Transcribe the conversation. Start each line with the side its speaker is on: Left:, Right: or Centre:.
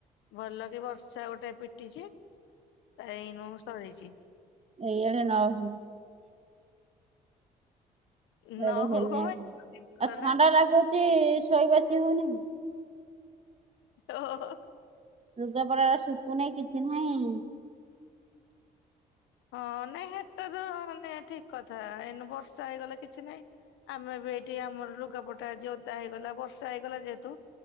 Left: ଭଲ କି ବର୍ଷା ଗୋଟେ ପିଟିଚି ତା ଏନୁ ସରିଚି।
Right: ଏଇଆଡେ ନ ହୋଉ।
Left: ନ
Right: ୟାଡେ ହେନେ
Left: ହଉ କଣ ପାଇଁ ଭଲ
Right: ଆଉ ଥଣ୍ଡା
Left: ନା
Right: ଲାଗୁଚି ଶୋଇବାସି ହୋଉନେଇ।
Left: ଓହୋ ହୋ।
Right: ଲୁଗା ପଟାରା ଶୁକୁନେଇ କିଛି ନାହିଁ।
Left: ହଁ ନାଇଁ ହେଟା ତ ମାନେ ଠିକ କଥା ଏନୁ ବର୍ଷା ହେଇଗଲେ କିଛି ନାଇଁ। ଆମେ ବି ଏଠି ଆମର ଲୁଗାପଟା ଆଜି ଓଦା ହେଇଗଲା ବର୍ଷା ହେଇଗଲା ଯେହେତୁ